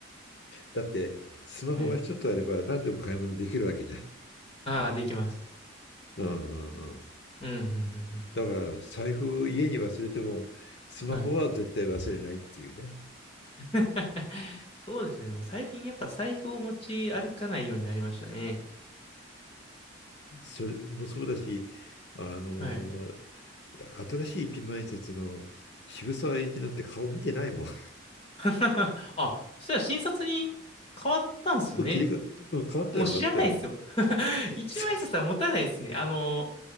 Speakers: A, on the left; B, on the left.
A: だって、スマホが一つあれば何でも買い物できるわけじゃん。
B: はい。あー、できます。
A: うんうんうん。
B: うん、うん、うん
A: だから、財布を家に忘れても、スマホは絶対忘れないっていうね。
B: うん。はい。<laughs> そうですね。もう最近やっぱ財布を持ち歩かないようになりましたね。
A: それもそうだし、あの、
B: はい。
A: いや、新しい一万円札の渋沢栄一なんて顔見てないもん。<laughs>
B: <laughs> あ、そりゃ診察に変わったんですよね。
A: もう切り替わ変わったよ、
B: もう知らないですよ。
A: 変わったよ。
B: <laughs>
A: <laughs>
B: 一枚札は持たないですね。あの、